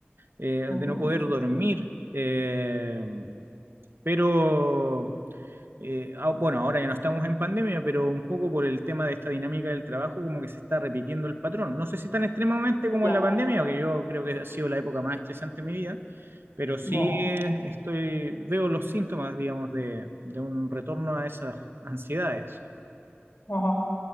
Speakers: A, on the right (about 60°); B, on the left (about 55°).
A: eh,
B: ujú.
A: de no poder dormir, eh, pero, eh, ah, bueno, ahora ya no estamos en pandemia, pero un poco por el tema de esta dinámica del trabajo, como que se está repitiendo el patrón. No sé si tan extremadamente como
B: Ya,
A: en la pandemia, que yo creo que ha sido la época más estresante de mi vida pero sí
B: ya,
A: eh, estoy, veo los síntomas, digamos, de, de un retorno a esas ansiedades.
B: ajá.